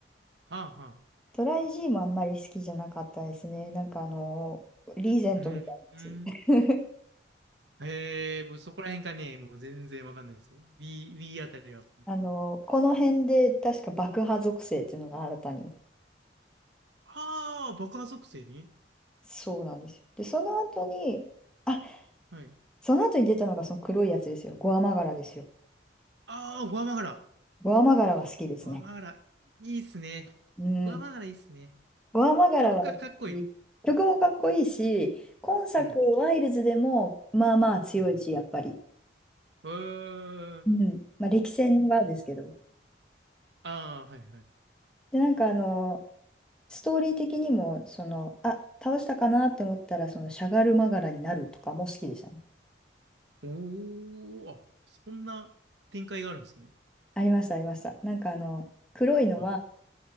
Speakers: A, on the right; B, in the centre.
A: はあはあ。
B: トライ G もあんまり好きじゃなかったですね。なんかあの、リーゼントみたいなやつ。
A: うん。うんへえ、もうそこら辺がね、もう全然わかんないですよ。B、B あたりは。
B: <laughs> あの、この辺で確か爆破属性っていうのが新たに。
A: ああ、爆破属性ね。
B: そうなんですよ。で、その後に、あ、
A: はい。
B: その後に出たのがその黒いやつですよ。ゴアマガラですよ。
A: ああ、グアマガラ。
B: ゴアマガラは好きですね。
A: グアマガラ。いいっすね。
B: うん。
A: グアマガラいいっすね。
B: ゴアマガラは
A: 曲がかっこいい。
B: 曲もかっこいいし、今作、
A: うん。
B: ワイルズでもまあまあ強いし、
A: うん。
B: やっぱり。
A: うん。うーん。
B: うん。まあ、歴戦はですけど。
A: ああ、はいはい。
B: で、なんかあの、ストーリー的にも、その、あ、倒したかなって思ったら、その、しゃがるまがらになるとかも好きでしたね。
A: おー、あ、そんな展開があるんですね。
B: ありました、ありました。なんかあの、黒いのは
A: はい。